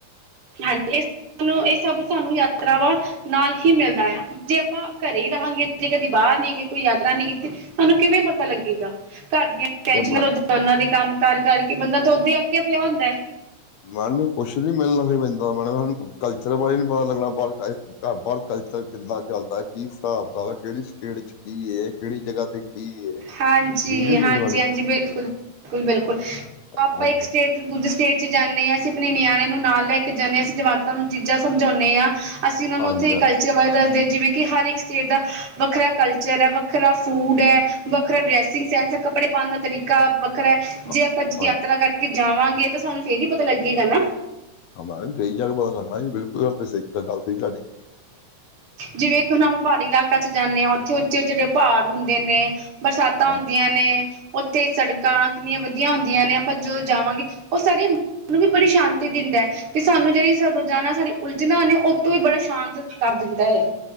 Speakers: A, on the right; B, on the left.
A: ਹਾਂਜੀ ਇਹ ਇਹ ਸਭ ਸਾਨੂੰ ਯਾਤਰਾਵਾਂ ਨਾਲ ਹੀ ਮਿਲਦਾ ਹੈ ਜੇ ਆਪਾਂ। ਘਰੇ ਹੀ ਰਹਾਂਗੇ ਜੇ ਕਦੀ ਬਾਹਰ ਨੀ ਗਏ, ਕੋਈ ਯਾਤਰਾ ਨਹੀਂ ਕੀਤੀ ਸਹਾਨੂੰ ਕਿਵੇਂ ਪਤਾ ਲੱਗੇਗਾ ਘਰ ਦੀਆਂ। ਟੈਨ
B: ਇਹ ਮ-
A: ਰੋਜ਼ਾਨਾ ਦੇ ਕੰਮ ਕਰ ਕਰਕੇ ਬੰਦਾ, ਤਾਂ ਉਦਾਂ ਹੀ ਅੱਕ ਪਿਆ ਹੁੰਦਾ ਹੈ।
B: ਮੈਡਮ ਕੁਛ ਨੀ ਮਿਲਣਾ ਫ ਮੈ ਮੈਡਮ ਸ ਕਲਚਰ ਬਾਰੇ ਨੀ ਪਤਾ ਲੱਗਣਾ। ਘ ਬਰ ਕਲਚਰ ਕਿੱਦਾਂ ਚੱਲਦਾ, ਕੀ ਹਿਸਾਬ ਕਤਾਬ ਹੈ ਕਿਹੜੀ ਸਟੇਟ ਚ ਕੀ ਇਹ ਕਿਹੜੀ ਜਗ੍ਹਾ ਤੇ। ਕੀ ਏ
A: ਹਾਂਜੀ-
B: ਠੀਕ ਹੈ ਠੀਕ
A: ਹਾਂਜੀ-
B: ਮੈਡਮ
A: ਹਾਂਜੀ, ਬਿਲਕੁਲ
B: ਜੀ
A: -ਬਿਲਕੁਲ- ਬਿਲਕੁਲ, ਆਪਾਂ
B: ਹਾਂਜੀ
A: ਇੱਕ ਸਟੇਟ। ਦੁੱਜ ਸਟੇਟ ਚ ਜਾਂਦੇ ਹਾਂ, ਅਸੀਂ ਆਪਣੇ ਨਿਆਣੇ ਨੂੰ ਨਾਲ ਲੈ ਕੇ ਜਾਂਦੇ ਹਾਂ, ਅਸੀਂ ਜਮਕਾਂ ਨੂੰ ਚੀਜ਼ਾਂ ਸਮਝਾਉਂਦੇ ਹਾਂ। ਅਸੀਂ ਉਹਨਾਂ ਨੂੰ
B: ਹਾਂਜੀ
A: ਉੱਥੇ
B: ਹਾਂਜੀ
A: ਕਲਚਰ ਬਾਰੇ ਦੱਸਦੇ, ਜਿਵੇਂ ਕਿ ਹਰ ਇੱਕ ਸਟੇਟ ਦਾ ਵੱਖਰਾ ਕਲਚਰ ਹੈ ਵ। ਵੱਖਰਾ ਫੂਡ ਹੈ, ਵੱਖਰਾ
B: ਹਾਂ-
A: ਡਰੈਸਿੰਗ ਸੈਂਸ ਹੈ, ਕੱਪੜੇ ਪਾਉਣ ਦਾ ਤਰੀਕਾ। ਵੱਖਰਾ ਹੈ
B: ਹਾਂ-
A: ਜੇ ਆਪਾਂ
B: ਹਾਂਜੀ
A: ਯਾਤਰਾ ਕਰਕੇ ਜਾਵਾਂਗੇ, ਤਾਂ ਸਾਨੂੰ ਫੇਰ ਹੀ ਪਤਾ ਲੱਗੇਗਾ ਨਾ।
B: ਹਾਂ ਮੈ ਕਿਹਾਮ ਕਹੀ ਜਾ ਕੇ ਪਤਾ ਲੱਗਣਾ, ਜੀ ਬਿਲਕੁਲ ਗੱਲਹੀ ਗੱਲ ਸ ਸੀ ਤੁਹਾਡੀ।
A: ਜਿਵੇਂ ਹੁਣ ਆਪਾਂ ਪਹਾੜੀ ਇਲਾਕਾ ਚ ਜਾਂਦੇ ਹਾਂ, ਉੱਥੇ ਉੱਚੇ -ਉੱਚੇ ਪਹਾੜ ਹੁੰਦੇ ਨੇ। ਬਰਸਾਤਾਂ
B: ਹਾਂਜੀ
A: ਹੁੰਦੀਆਂ ਨੇ। ਉੱਥੇ ਸੜਕਾਂ ਕਿੰਨੀਆਂ ਵਧੀਆ ਹੁੰਦੀਆਂ, ਨੇ ਆਪਾਂ ਜੋ ਜਾਵਾਂਗੇ ਉਹ ਸਾਰੇ। ਸਾਨੂੰ ਵੀ ਬੜੀ ਸ਼ਾਂਤੀ ਦਿੰਦਾ ਹੈ ਤੇ ਸਾਨੂੰ ਜਿਹੜੀ ਰੋਜ਼ਾਨਾ ਸਾਡੀ ਉਲਝਣਾ ਨੇ ਉਹਤੋਂ ਵੀ ਬੜਾ ਸ਼ਾਂਤ। ਕਰ ਦਿੰਦਾ ਹੈਏ।